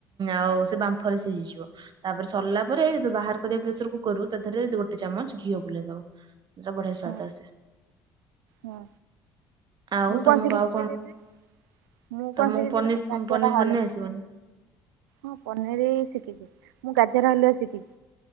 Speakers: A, on the right (about 45°); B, on the right (about 75°).
A: ଆଉ ସେ ବା ମ୍ଫରେ ସିଝିଯିବ ତାପରେ ସରିଲା ପରେ ଯେତେବେଳବାହାର ପ୍ରେସର କରୁ ତାଥିରେ ଗୋଟେ ଚାମଚ ଘିଅ ବୁଲେଇ ଦବ ଯ ବଢିଆ ସ୍ୱାଦ
B: ହୁଁ
A: ଆସେ।
B: ହୁଁ
A: ଆଉ
B: ମୁଁ
A: ତମକୁ
B: କଣ ଶିଖିଛି
A: ଆଉ
B: କହିଲେ। ମୁଁ
A: ତମକୁ
B: କଣ ଶିଖିଛି
A: ପନିର
B: କଇଲ ତାଟିଆ
A: ପନିର
B: ଟା ହଲେ
A: ବନେଇ ଆସିବନି
B: ହଁ ପନିର ଶିଖିଛି ମୁଁ ଗାଜର ହାଲୁଆ ଶିଖିଛି।